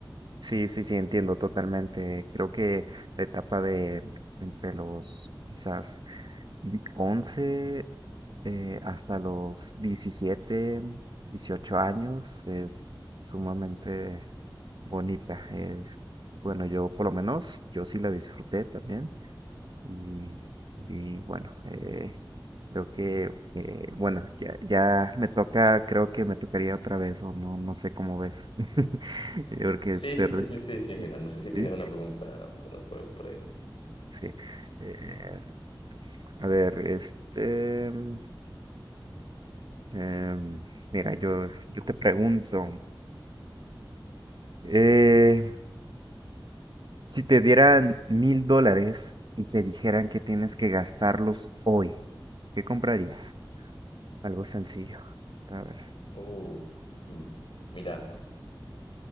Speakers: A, on the right (about 55°); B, on the left (about 75°).
A: Sí, sí, sí, entiendo totalmente. Creo que la etapa de entre los quizás di- 11 eh, hasta los 17, 18 años es sumamente bonita. eh, bueno, yo por lo menos, yo sí la disfruté también. Y, y bueno, eh, Creo que, eh, bueno, ya, ya me toca, creo que me tocaría otra vez, o no, no sé cómo ves. <laughs> Eh, Porque
B: Sí,
A: te
B: sí,
A: re-
B: sí, sí, sí, sí, mira, no sé si tienes
A: sí,
B: una pregunta por, por ahí.
A: sí. Eh, a ver, este, mm, em, mira, yo, yo te pregunto, eh, si te dieran mil dólares y te dijeran que tienes que gastarlos hoy, ¿qué comprarías? Algo sencillo. A ver.
B: Uh, mm, mira,